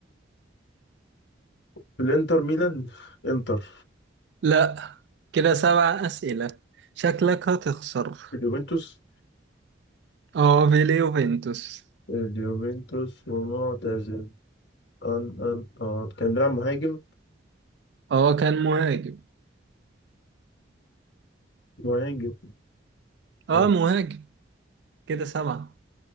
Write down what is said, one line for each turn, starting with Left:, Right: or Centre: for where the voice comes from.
Left: في الانتر ميلان انتر
Right: لا كده سبع أسئلة شكلك هتخسر
Left: في اليوفنتوس
Right: اه في ليوفنتوس
Left: اليوفنتوس ومعتزل أن أن آه. كان بيلعب مهاجم
Right: اه كان مهاجم
Left: مهاجم
Right: اه
Left: اه
Right: مهاجم كده سبعة